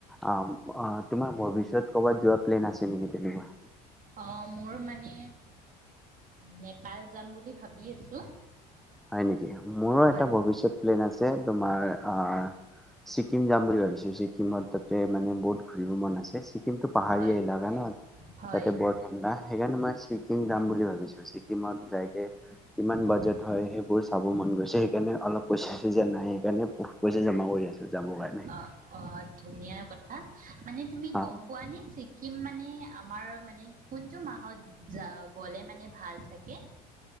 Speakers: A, in the centre; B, on the right.
A: অ তোমাৰ ভৱিষ্যত কৰ'বাত যোৱা প্লেন আছে নেকি তেনেকুৱা?
B: অ মোৰ মানে নেপাল যাম বুলি ভাবি আছো।
A: হয় নেকি মোৰো
B: হয়
A: এটা ভৱিষ্যত প্লেন আছে তোমাৰ আহ ছিকিম যাম বুলি ভাবিছো ছিকিমত তাতে মানে বহুত ঘূৰিব মন আছে। ছি- কিন্তু পাহাৰীয়া
B: হয়
A: এলেকা
B: হয়
A: নহ
B: হয়
A: তাতে বৰ ঠাণ্ডা সেইকাৰণে মই ছিকিম যাম বুলি ভাবিছো ছিকিমত যাইকে কিমান
B: অ',
A: বাজেট হয় সেইবোৰ চাব মন গৈছে সেইকাৰণে অলপ পইচা চইছা যো নাই সেইকাৰণে বহুত পইচা জমা কৰি আছো। যাবৰ কাৰণে
B: অ অ ধুনীয়া কথা মানে তুমি
A: অ
B: গম পোৱা নে ছি- কিম মানে আমাৰ মানে কোনটো মাহত গলে মানে ভাল থাকে।